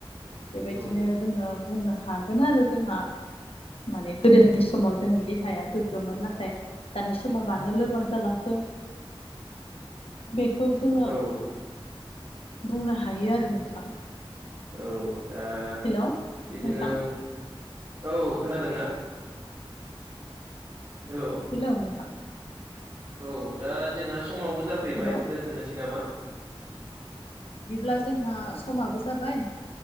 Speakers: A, on the left; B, on the right.
A: बेबायदिनो
B: औ
A: जोङो बुंनो हागोन आरो जोंहा माने गोदोनि समाव जोंनि देहाया गोग्गोमोन नाथाय दानि समाव मानो लोरबां जालांखो बेखौ जोङो
B: औ
A: बुंनो हायो आरो नोंथां।
B: औ दा
A: हेल'
B: बिदिनो
A: नोंथां
B: औ खोनादों ना। हेल'
A: हेलौ नोंथां।
B: औ दा जोंहा समावबो जाफैबाय
A: हेल'
B: दोनथ'नोसै नामा?
A: बिदिब्ला जोंहा समाबो जाबाय